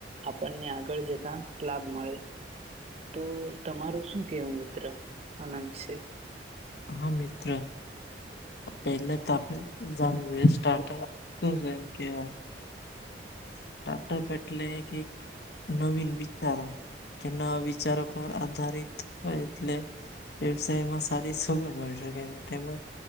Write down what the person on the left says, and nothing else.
હા મિત્ર પહેલા તો આપણે જાણું જોઈએ સ્ટાર્ટઅપ શું છે એમ કેવાય. સ્ટાર્ટઅપ એટલે એક એક નવીન વિચારો. કે ના વિચારો પર આધારિત હોય એટલે વ્યવસાયમાં સ સગડ મળી શકય તેમજ